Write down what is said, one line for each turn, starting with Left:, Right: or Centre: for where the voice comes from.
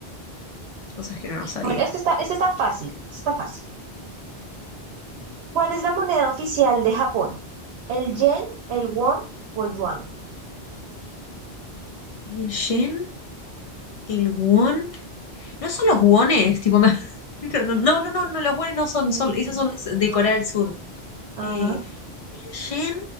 Left: Cosas que no lo sabía.
Right: Bueno, este está, este está fácil, este está fácil. ¿Cuál es la moneda oficial de Japón? ¿El yen, el won o el yuan?
Left: El Shen, el Won. No son los wones, tipo. me- <laughs> No, no, no, no, los wones no
Right: No,
Left: son, son, esos son los de
Right: no.
Left: Corea del Sur.
Right: Ajá,
Left: Eh, el yen,